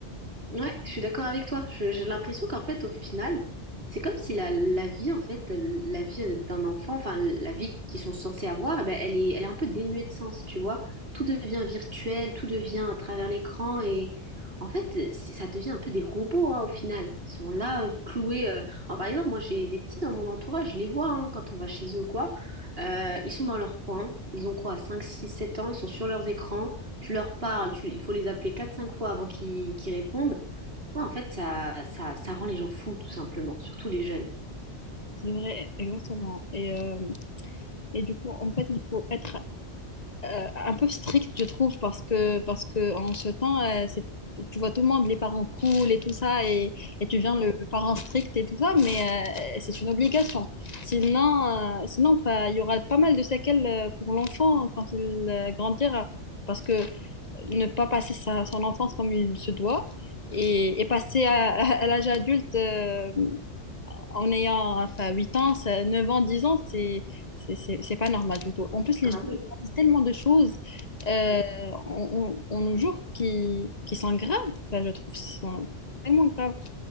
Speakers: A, on the right; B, on the left.
A: Ouais, je suis d'accord avec toi. Je- J'ai l'impression qu'en fait, au final, c'est comme si la, la vie, en fait, la vie euh, d'un enfant, enfin, la vie qu'ils sont censés avoir, eh ben, elle est, elle est un peu dénuée de sens, tu vois. Tout devient virtuel, tout devient à travers l'écran et en fait, c'est- ça devient un peu des robots, hein, au final. Ils sont là, euh, cloués. euh. Alors, par exemple, moi, j'ai des petits dans mon entourage, je les vois hein, quand on va chez eux ou quoi. Euh, ils sont dans leur coin. Ils ont quoi, 5 6 7 ans, ils sont sur leurs écrans. Tu leur parles, tu- il faut les appeler quatre cinq fois avant qu'ils qu'ils répondent. Ouais, en fait, ça, ça, ça rend les gens fous, tout simplement, surtout les jeunes.
B: C'est vrai, exactement. Et, euh, et du coup, en fait, il faut être euh, un peu strict, je trouve, parce que, parce que en ce temps, euh, c'est- tu vois tout le monde, les parents cool et tout ça, et, et tu viens le,
A: Mm.
B: le parent strict et tout ça, mais euh, c'est une obligation. Sinon, euh, sinon enfin, il y aura pas mal de séquelles euh, pour l'enfant quand il euh, grandira, parce que ne pas passer sa, son enfance comme il se doit et, et passer à, à à l'âge adulte. euh, en ayant enfin, huit ans, ça- 9 ans, 10 ans, c'est c'est c'est- c'est pas normal du tout. En plus, les gens
A: Ah oui.
B: disent tellement de choses euh,
A: Mm.
B: en, en- en nos jours qui, qui sont graves, Enfin, je trouve, qui sont tellement graves.